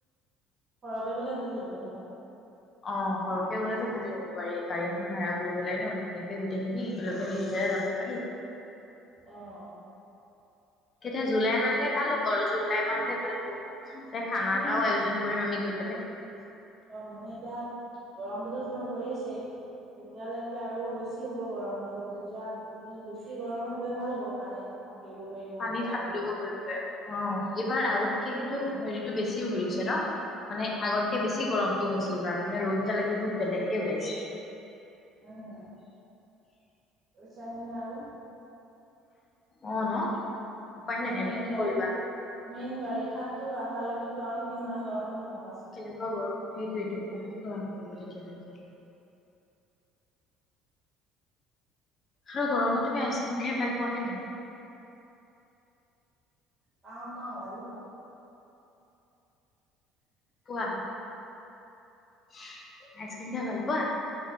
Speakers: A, on the right; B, on the left.
A: সৰহকে গলে ভাল লাগিব ন?
B: অ সৰহকে গ'লেতো ভাল লাগিব পাৰি, গাড়ীখন ভাড়া কৰি পেলাই ন ধুনীয়াকে গোটেই খিনি একেলগে মিলি পেলাই যাব পাৰি
A: অঁ
B: তেতিয়া জুলাই মানলে ভাল হব আৰু জুলাই মানলে ভাল হ'ব, খানা
A: মানে
B: এটাও আয়োজন কৰিম আমি গৈ <unintelligible>
A: অ মানে এতিয়া গৰমটোতো <inaudible> তেতিয়ালৈকে আৰু বেছি হ'ব গৰমতটো, তেতিয়া উম বেছি গৰমত গলে ভাল হব পানীত সাঁতুৰিব কৰিব
B: পানীত
A: গা
B: সাঁতুৰিব
A: ধুব
B: কৰিবলে, অ এইবাৰ আগতকে কিন্তু হে টো বেছিও হৈছে ন? মানে আগতকে বেছি গৰমতটো হৈছে এইবাৰ মানে ৰ'দ এতিয়ালৈকে বহুত বেলেকে ওলাইছে
A: উম, চা <unintelligible> হনে আৰু
B: অ ন উপায়
A: এতিয়া
B: নাই আৰু
A: মেইন
B: কি
A: বাৰি
B: কৰিবা
A: মেইন বাৰিষাতো অহালৈকেতো আৰু কিমান গৰম অ <unintelligible>
B: কেনেকুৱা গৰম, সেইটোৱেইতো, বহুত গৰম পৰিব তেতিয়ালৈক। আৰু গৰমত তুমি আইচক্ৰীম খাই ভাল পাৱ নে নাই?
A: পাওঁ পাওঁ আৰু পাওঁ।
B: পোৱা? আইচক্ৰিম খাই ভাল পোৱা?